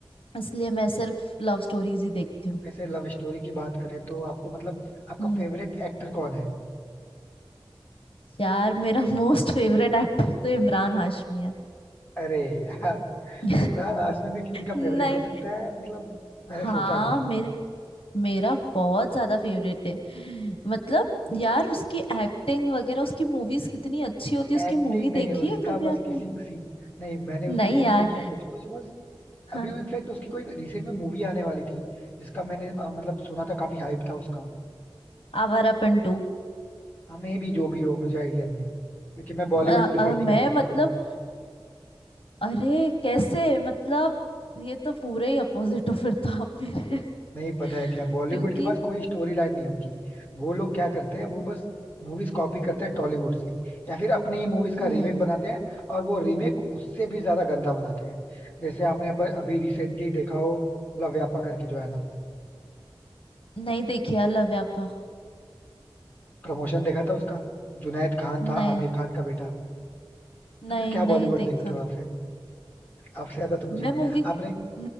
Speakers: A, on the left; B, on the left.
A: इसलिए मैं सिर्फ लव स्टोरीज ही देखती हूँ
B: वैसे लव स्टोरी की बात करें तो आपको मतलब आपका
A: हम्म
B: फेवरेट एक्टर कौन है
A: यार मेरा <laughs> मोस्ट फेवरेट एक्टर तो इमरान हाशमी है
B: अरे यार
A: <laughs>
B: इमरान हाशमी भी किसी का
A: नहीं
B: फेवरेट हो सकता है मतलब मैंने
A: हाँ
B: सोचा नहीं था
A: मेरा मेरा बहुत ज्यादा फेवरेट है मतलब यार उसकी एक्टिंग वगैरह उसकी मूवीज कितनी अच्छी होती है उसकी
B: एक्टिंग
A: मूवी
B: नहीं
A: देखी
B: उसका
A: है कभी
B: बस
A: आपने
B: किसिंग सीन नहीं मैंने उसकी
A: नहीं
B: मूवी
A: यार
B: देखी है कुछ कुछ बस
A: हाँ
B: अभी इनफेक्ट उसकी कोई रिसेंट में मूवी आने वाली थी जिसका मैंने अ, मतलब सुना था काफी हाइप था उसका
A: आवारापन टू
B: हाँ मे भी जो भी हो मुझे आइडिया नहीं है क्योंकि मैं बॉलीवुड
A: अ-
B: प्रिफर
A: अ-
B: नहीं
A: मैं
B: करता बिल्कुल
A: मतलब
B: भी
A: अरे कैसे मतलब ये तो पूरे ही अपोजिट हो फिर तो आप मेरे
B: नहीं पता है क्या
A: <laughs>
B: बॉलीवुड
A: क्योंकि
B: के पास कोई स्टोरी लाइन नहीं होती वो लोग क्या करते हैं वो बस मूवीज कॉपी करते हैं टॉलीवुड से या फिर अपनी ही मूवीज का
A: हम्म
B: रीमेक बनाते हैं और वो रीमेक उससे भी ज्यादा गंदा बनाते हैं जैसे आपने अब- अभी रिसेंटली देखा हो लव व्यापा करके जो आया था
A: नहीं देखी यार लव्यापा
B: प्रमोशन देखा था उसका जुनैद खान था
A: नहीं
B: आमिर खान का बेटा
A: नहीं
B: तो फिर क्या बॉलीवुड
A: नहीं देखा
B: देखते हो आप आपसे ज्यादा तो मुझे
A: मैं मूवी
B: आपने
A: <laughs>